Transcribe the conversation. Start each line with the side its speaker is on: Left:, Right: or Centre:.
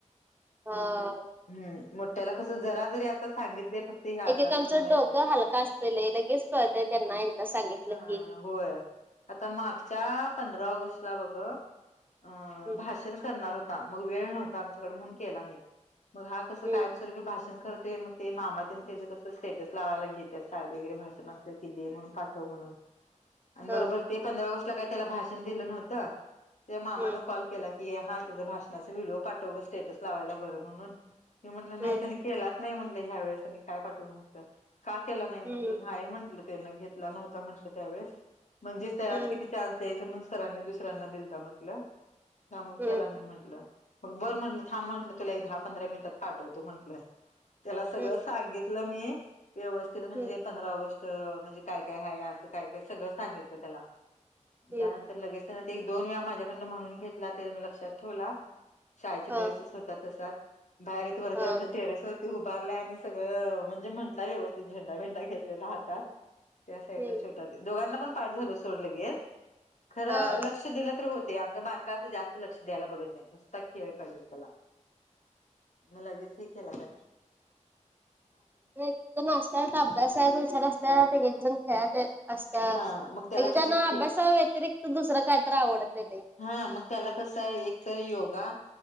Right: हा
Left: हं. मोठ्याला कस जरा जरी आता सांगितले फक्त, हे असं
Right: एकेकांचं
Left: असं म्हणायचंय
Right: डोकं हलक असतय लय लगेच कळतय त्यांना एकदा सांगितलं
Left: हा
Right: की.
Left: होय. आता मागच्या पंधरा ऑगस्टला बघ अ
Right: हम्म
Left: भाषण करणार होत. हा मग वेळ नव्हता आमच्याकड म्हणून केला नाही. मग हा कस
Right: हम्म
Left: काय. तरी बी भाषण करतोय. मग ते मामाच आणि त्याचं कस स्टेटस लावायला घेत्यात शाळेत वगैरे भाषण असलं की दे म्हणून, म्हणून आणि बरोबर
Right: ह
Left: ते पंधरा ऑगस्ट त्याला काही त्याला भाषण दिलं नव्हत. त्या मामान
Right: हम्म
Left: कॉल केलाय की. हा त्याचं भाषणाचा व्हिडिओ पाठव गं. स्टेटस लावायला बरं म्हणून, मी म्हटलं नाही
Right: हम्म
Left: त्यानं केलं. केलाच नाही. म्हटलं ह्या वेळेस काय पाठवू म्हंटलं. का केला नाही म्हटलं?
Right: हम्म
Left: नाही म्हटलं त्यान घेत. घेतला नव्हत म्हटलं त्यावेळेस म्हणजे त्यालाच
Right: हम्म
Left: किती चान्स द्यायच म्हणून सरांनी दुसऱ्यांना दिलता म्हटलं. ह्यामुळ
Right: हम्म
Left: केला नाही म्हटलं. मग बरं. म्हटलं थांब म्हटलं तुला एक, दहा पंधरा मिनिटात पाठवतो. म्हटलं त्याला सगळं
Right: हम्म
Left: सांगितलं मी व्यवस्थित म्हणजे
Right: हम्म
Left: पंधरा ऑगस्ट म्हणजे, काय काय आहे. अस काय काय सगळ सांगितल त्याला
Right: हम्म
Left: त्यानंतर लगेच त्यांन ते एक-दोन वेळा माझ्याकडं म्हणून घेतला. ते लक्षात ठेवला. शाळेचे
Right: हा
Left: ड्रेसेस होतात. तसाच बाहेर इथे वरती
Right: हा
Left: आपलं म्हणजे टेरेस वर तो उभारलाय आणि सगळं म्हणजे म्हंटला व्यवस्थित झेंडा बिंडा घेतलेला हातात. त्या साईडला
Right: हम्म
Left: छोट्या दोघांना पण पाठ झालं सोड लगेच. खरं
Right: हा
Left: लक्ष दिलं तर होते. आमच बार क जास्त लक्ष द्यायला बघत नाही. नुसता खेळ पाहिजे त्याला मग लगेच एक केला त्यांना.
Right: नाही तर नाचता, तर अभ्यासात हुशार असतात. एकेकजण खेळात असत्यात.
Left: हा मग त्याला
Right: एकेकांना
Left: कसं
Right: अभ्यासाव्यतिरिक्त
Left: खे
Right: दुसरं काहीतर आवडतं लय.
Left: हा मग त्याला कसं आहे. एक तर योगा